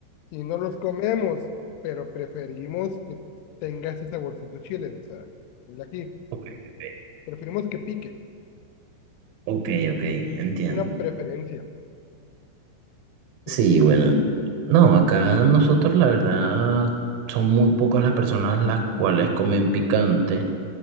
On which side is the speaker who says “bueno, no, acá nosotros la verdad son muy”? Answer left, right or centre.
Right